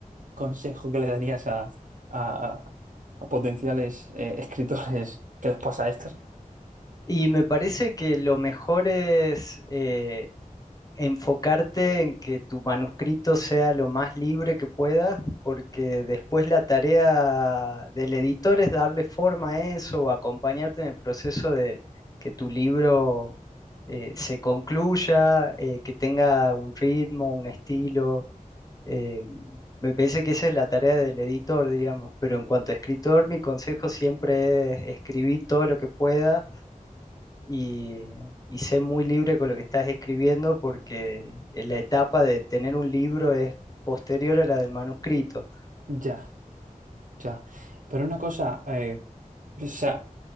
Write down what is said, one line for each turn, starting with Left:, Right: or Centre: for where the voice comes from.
Right: consejo que le darías a, a- a- a potenciales eh, <laughs> escritores que les pasa a estos?
Left: Y me parece que lo mejor es eh, enfocarte en que tu manuscrito sea lo más libre que puedas, porque después la tarea del editor es darle forma a eso, o acompañarte en el proceso de que tu libro eh, se concluya, eh, que tenga un ritmo, un estilo. eh, me parece que esa es la tarea del editor, digamos, pero en cuanto a escritor, mi consejo siempre es escribir todo lo que puedas y, y sé muy libre con lo que estás escribiendo porque la etapa de tener un libro es posterior a la del manuscrito.
Right: Ya, ya. Pero una cosa, eh, o sea,